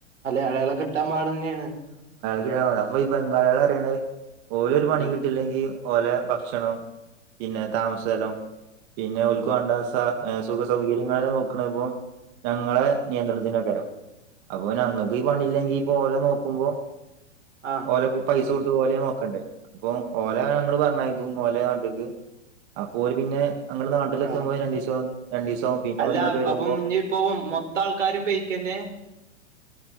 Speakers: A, on the right; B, on the right.
A: അയാ ളെ കിട്ടാൻ പാടെ ന്നെണ്
B: <unintelligible> പോയ്‌ ബംഗാളെ ളാറീണ ഓലൊ രു പണി
A: ഉം
B: കിട്ടില്ലെങ്കി ഓ ലെ ഭക്ഷണം പിന്നെ താമ സ ലം പിന്നെ ഒൽ ക്ക് വാ ണ്ട സ സുഖ സൗകര്യങ്ങളെല്ലാം നോക്കണ് പ്പോ ഞങ്ങളെ നിയന്ത്രണത്തിനാ ക്കാ രം അപ്പോൾ ഞങ്ങ ഈ പണില്ലെങ്കി പോലെ നോക്കുമ്പോ
A: ആഹ്
B: ഓലക്കെ പൈസ കൊടുത്ത് ഓലെ നോക്ക ണ്ട് അപ്പൊ ഓലെ ഞങ്ങള് പറഞ്ഞയ ക്കും ഓലെ നാ ട്ട് ക്ക് അപ്പോ ഓ ല് പിന്നെ ഞങ്ങള് നാട്ടിലെത്തുമ്പോ
A: ആഹ
B: രണ്ടീസം രണ്ടീസാവും പിന്നെ
A: അല്ലാ
B: ഓല് ഇങ്ങോട്ട് വരുമ്പോ
A: അപ്പൊ മു ന്നി ഇപ്പൊ മൊത്തം ആൾക്കാരും പെയ് ക്കന്നെ